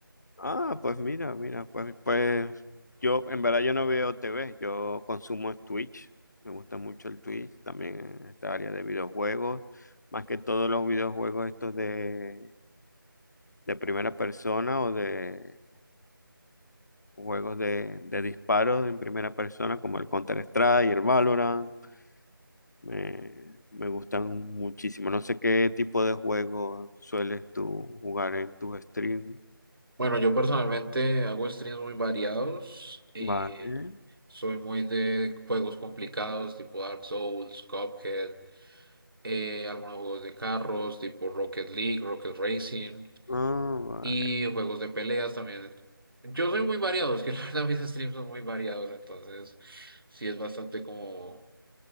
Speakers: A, on the left; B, on the right.
A: Ah, pues mira, mira, pues, pues yo en verdad yo no veo T V, yo consumo es Twitch, me gusta mucho el Twitch, también en esta área de videojuegos, más que todos los videojuegos estos de, de primera persona o de juegos de, de disparos en primera persona como el Counter-Strike, el Valorant, me, me gustan muchísimo. No sé qué tipo de juegos sueles tú jugar en tus streams.
B: Bueno, yo personalmente hago streams muy variados. eh,
A: Vale.
B: soy muy de juegos complicados tipo Dark Souls, Cuphead, eh, algunos juegos de carros tipo Rocket League, Rocket Racing.
A: Ah, vale,
B: Y juegos de peleas también. Yo soy muy variado, es que <laughs> la verdad mis streams son muy variados, entonces sí es bastante como,